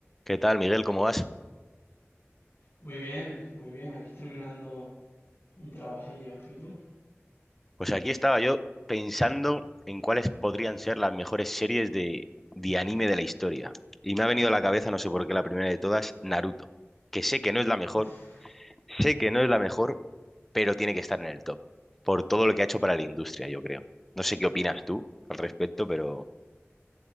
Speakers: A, in the centre; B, on the left.
A: ¿Qué tal, Miguel? ¿Cómo vas?
B: Muy bien, muy bien. Aquí terminando un trabajillo. ¿Y tú?
A: Pues aquí estaba yo pensando en cuáles podrían ser las mejores series de, de anime de la historia. Y me ha venido a la cabeza, no sé por qué, la primera de todas, Naruto. Que sé que no es la mejor,
B: Uf.
A: sé que no es la mejor, pero tiene que estar en el top. Por todo lo que ha hecho para la industria, yo creo. No sé qué opinas tú al respecto, pero...